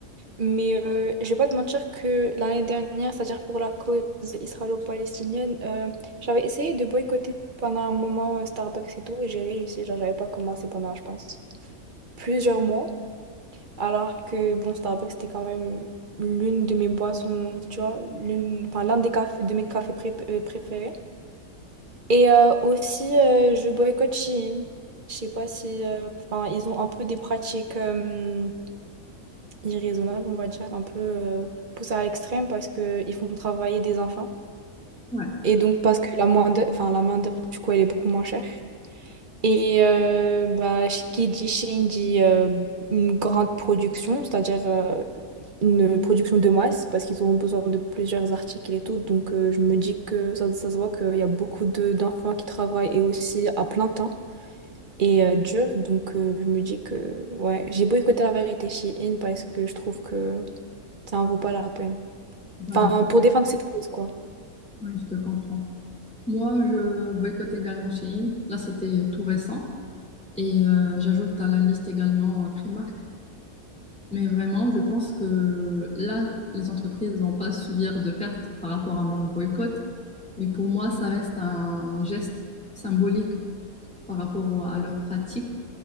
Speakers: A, on the right; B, in the centre.
A: Mais euh, je vais pas te mentir que l'année dernière, c'est-à-dire pour la cause israélo-palestinienne, euh, j'avais essayé de boycotter pendant un moment euh, Starbucks et tout, et j'ai réussi. Genre, j'avais pas commencé pendant, je pense, plusieurs mois. Alors que, bon, Starbucks, c'était quand même l'une de mes boissons, tu vois, l'une, enfin, l'un des cafés, de mes cafés pré- euh, préférés. Et euh, aussi, euh, je boycotte Shein. Je sais pas si, euh, enfin, ils ont un peu des pratiques. euh, irraisonnable on va dire, un peu euh, poussés à l'extrême parce qu'ils font travailler des enfants.
B: Ouais,
A: Et donc parce que la main d'œuvre, enfin, la main d'œuvre, du coup, elle est beaucoup moins chère. Et euh, bah, ch- qui dit Chine dit euh, une grande production, c'est-à-dire euh, une production de masse, parce qu'ils auront besoin de plusieurs articles et tout. Donc euh, je me dis que ça, ça se voit qu'il y a beaucoup de d'enfants qui travaillent et aussi à plein temps et euh, dur. Donc euh, je me dis que ouais, j'ai boycotté la vérité Shein parce que je trouve que ça en vaut pas la peine.
B: bah,
A: Enfin, pour défendre cette cause, quoi.
B: ouais, je te comprends. Moi, je boycotte également Shein. Là, c'était tout récent. Et euh, j'ajoute à la liste également euh, Primark. Mais vraiment, je pense que là, les entreprises vont pas subir de pertes par rapport à mon boycott. Mais pour moi, ça reste un geste symbolique par rapport au- à leur pratique.